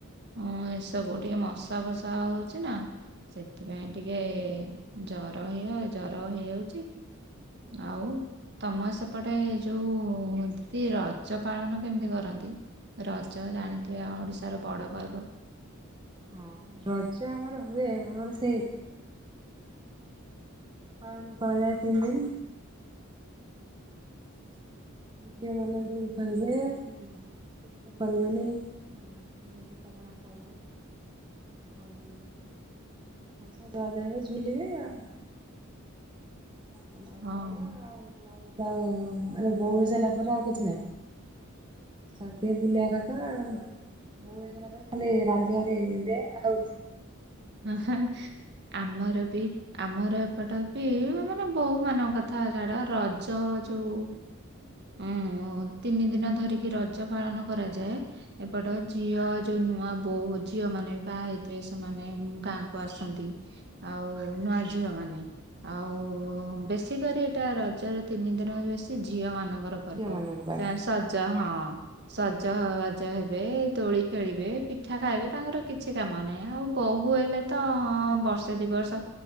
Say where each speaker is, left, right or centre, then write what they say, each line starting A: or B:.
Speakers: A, on the right; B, on the right.
A: ହଁ ଏସବୁ ଟିକେ ମଶା ଫସା ହଉଛି ନା। ସେଥିପାଇଁ ଟିକେ ଜର ହେଇ ଜର ହେଇଯାଉଛି। ଆଉ ତମ ସେପଟେ ଯୋଉ ଏ ରଜ ପାଳନ କେମିତି କରନ୍ତି? ରଜ ଜାଣିଥିବେ ଆ ଓଡିଶାର ବଡ ପର୍ବ।
B: ହଁ ରଜ ଆମର ହୁଏ ଆମର ସେଇ ପାଳନ କରାଯାଏ ତିନି ଦିନ। ଝିଅ ମାନେ ଦୋଳି ଖେଳିବେ କିବା <inaudible> କରିବେନି ଆଉ। ଟପଣା ଖାଇଏ ହଉ ଆଛ ଯହାଜା ହେବେ ଝୁଲିବେ ଆଉ ଆମ ଆଉ
A: ହଁ।
B: ଆମଉ ମାନେ ବୋଉ ହୋଇସାରିଲା ପରେ ଆଉ କିଛି ନହିଁ ଖାଲି ଟିକେ ବୁଲିବା କଥ ହ ବୋଉ ହେଇଗଲା ପରେ ଖାଲି ରାନ୍ଧି ବଢ଼ି କି ଦେ ଆଉ
A: <unintelligible> ଆମର ବି ଆମର ଏପଟ ବି ମାନେ ବୋହୁ ମାନଙ୍କ କଥା ଛାଡ ରଜ ଯୋଉ ଉଁ ତିନି ଦିନ ଧରିକି ରଜ ପାଳନ କରାଯାଏ। ଏପଟ ଝିଅ ଯୋଉ ନୂଆ ବୋଉ ଝିଅ ମାନେ ବି ବାହା ହେଇଥିବେ ସେମାନେ ଗାଁ କୁ ଆସନ୍ତି ଆଉ ନୂଆ ଝିଅ ମାନେ ଆଉ ବେଶୀ କରି ଏଟା ରଜରେ ତିନି ଦିନ ବେଶୀ ଝିଅ ମାନଙ୍କୁ ର ପର୍ବ
B: ଝିଅ ମାନଙ୍କ ପାଇଁ
A: ସେ ସଜ ହଁ। ସଜବାଜ ହେବେ ଦୋଳି ଖେଳିବେ ପିଠା ଖାଇବେ ତାଙ୍କର କିଛି କାମ ନାହିଁ ଆଉ। ବୋହୂ ହେଲେ ତ ହଁ ବର୍ଷେ ଦି ବର୍ଷ